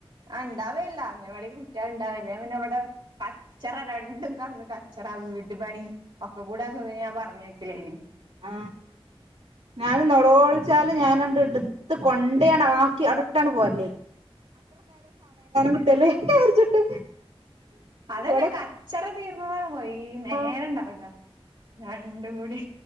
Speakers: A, on the right; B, on the right.
A: ആ ഇണ്ടാവേല്ല. അങ്കനവാടിക്ക് കുട്ടിയാള് ഇണ്ടാവേല്ല. ഞാൻ പിന്നെ വടെ കച്ചറ രണ്ടും കടന്ന് കച്ചറ വീട്ട് പണി ഒക്കെ കൂട ആയപ്പം പിന്നെഞാൻ പറഞ്ഞ ക്കലേനി.
B: ആ ഞാന് നൊളോൾച്ചാല് ഞാനാണ്ട് ഇട് ത്ത് കൊണ്ടയാണ്ട് ആക്കി അടവ്ടട്ടാണ്ട് പോര് കിട്ടല്ലേ വിചാരിച്ചിട്ട്
A: അതന്നെ.
B: ഇവിടെ
A: കച്ചറ തീർന്നത <unintelligible> നേരണ്ടാവൂല
B: ആഹ്
A: നണ്ട ഗുടി